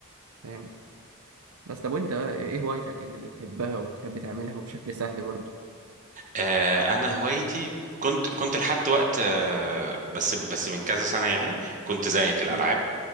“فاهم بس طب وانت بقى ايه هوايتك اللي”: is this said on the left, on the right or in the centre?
Right